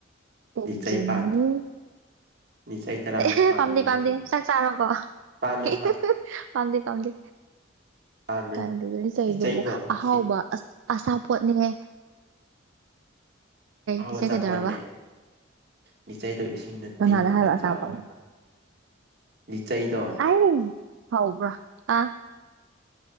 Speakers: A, on the right; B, on the right.
A: INAUDIBLE
B: ꯂꯤꯆꯩ ꯄꯥꯝꯃꯤ ꯂꯤꯆꯩ ꯇꯔꯥꯃꯨꯛ
A: ꯑꯦꯍꯦ
B: ꯄꯥꯝꯃꯤ
A: ꯄꯥꯝꯗꯦ ꯄꯥꯝꯗꯦ
B: ꯅꯪ
A: ꯆꯥꯛ ꯆꯥꯔꯕꯣ
B: ꯄꯥꯝꯃꯦ
A: ꯏꯍꯤꯍꯤ꯬꯬ ꯄꯥꯝꯗꯦ ꯄꯥꯝꯗꯦ
B: ꯄꯥꯝꯃꯦ
A: ꯀꯥꯏꯗꯨꯕꯨ ꯂꯤ ꯆꯩꯗꯨꯕꯨ
B: ꯂꯤꯆꯩꯗꯣ
A: ꯑꯍꯥꯎꯕ
B: ꯏꯁꯤꯡ
A: ꯑꯆꯥꯄꯣꯠꯅꯦꯍꯦ
B: ꯑꯍꯥꯎꯕ
A: ꯂꯤꯆꯩꯒꯗꯧꯔꯕ
B: ꯑꯆꯥꯄꯣꯠꯅꯦ ꯂꯤꯆꯩꯗꯣ ꯏꯁꯤꯡꯗ
A: ꯀꯅꯥꯗ
B: ꯇꯤꯡꯉꯒ
A: ꯍꯥꯏꯕ ꯑꯆꯥꯄꯣꯠꯅꯦ
B: ꯆꯥꯎ ꯍꯥꯏꯕ ꯂꯤꯆꯩꯗꯣ
A: UNINTELLIGIBLE